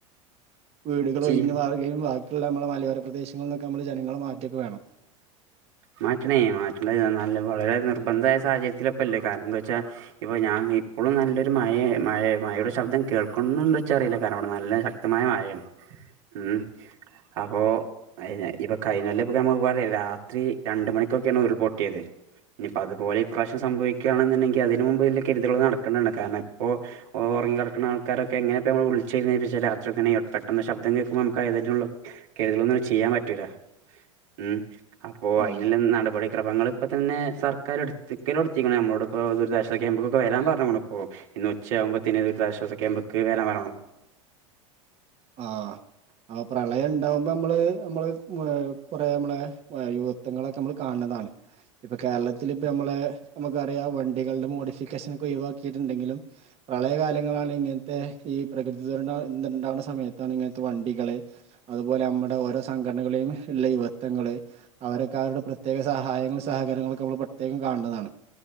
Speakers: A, on the right; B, on the right.
A: വീടുകൾ
B: ചെയ്യ്
A: ഒഴിഞ്ഞ് മാറുകയും വാ ക്കിള്ള നമ്മള മലയോര പ്രദേശങ്ങളിൽന്നൊക്കെ നമ്മൾ ജനങ്ങളെ മാറ്റൊക്കെ വേണം.
B: മാറ്റണേ മാറ്റണ്ട നല്ല വളരെ നിർബന്ധായ സാഹചര്യത്തിലാ ഇപ്പല്ലേ. കാരണം എന്താ വച്ചാ ഇപ്പ ഞാൻ ഇപ്പളും നല്ലൊരു മ ഴേ മഴയുടെ ശബ്ദം കേൾക്കുന്നുണ്ടോ ഇച്ചറീല്ല. കാരണം ഇവടെ നല്ല ശക്തമായ മഴേണ് ഉം. അപ്പോ അയ്നെ ഇപ്പൊ കഴിഞ്ഞൊല്ലം ഇപ്പ നമ്മുക്ക് പറയാ രാ ത്രി രണ്ട് മണിക്കൊക്കേണ് ഉരുൾപൊട്ടിയത്. ഇനിപ്പോ അതുപോലെ ഇപ്രാവശ്യം സംഭവിക്കാണ്ന്നുണ്ടെങ്കി അതിന് മുമ്പ് വല്യ കരുതുകൾ നടക്കണ്ടണ്. കാരണം എപ്പോ ഓറങ്ങി കടക്ണ ആൾക്കാരൊക്കെ എങ്ങനെ പ്പ മ്മൾ വിൾച്ച ഈ നേറ്റ്ച്ച രാത്രിയൊക്കേണെ പെട്ടെന്ന് ശബ്ദം കേക്കുമ്പോ നമുക്കയ് തെറ്റെങ്ള കരുതലൊന്നും ചെയ്യാൻ പറ്റൂല്ല ഉം. അപ്പൊ അയ്ന്
A: ഉം
B: ല്ല നടപടി ക്രമങ്ങൾ ഇപ്പ തന്നെ സർക്കാർ ഇട്ത്ത് ഇട്ക്കലൊട്ത്തീക്ക്ണ് നമ്മോട് ഇപ്പോ ദുരിതാശ്വാസ ക്യാമ്പിക്ക് വരാൻ പർഞ്ഞുക്കുണു ഇപ്പൊ ഇന്ന് ഉച്ചയാകുമ്പോത്തിന് പ ദുരിതാശ്വാസ ക്യാമ്പ്ക്ക് വരാൻ പർഞ്ഞുക്കുണു.
A: ആഹ് അപ്പൊ പ്രളയ ണ്ടാവുമ്പമ്മള് നമ്മള് ഏഹ് കൊറേ നമ്മളെ വ യുവത്വങ്ങളൊക്കെ നമ്മൾ കാണ് ണതാണ് ഇപ്പൊ കേരളത്തില് ഇപ്പ നമ്മളെ നമുക്കറിയാം വണ്ടികളുടെ മോഡിഫിക്കേഷൻ ഒക്കെ ഒഴിവാക്കീട്ട്ണ്ടെങ്കിലും പ്രളയകാലങ്ങളാണ് ഇങ്ങൻത്തെ ഈ പ്രകൃതി ദുരന്ത ഇന്തുണ്ടാവ്ണ സമയത്താണ് ഇങ്ങനത്തെ വണ്ടികള് അതുപോലെ നമ്മടെ ഓരോ സംഘടനകളെയും ഇള്ള യുവത്വങ്ങള് അവരൊക്കെ അവരുടെ പ്രത്യേക സഹായങ്ങള് സഹകരണങ്ങളൊക്കെ നമ്മൾ പ്രത്യേകം കാൺണതാണ്.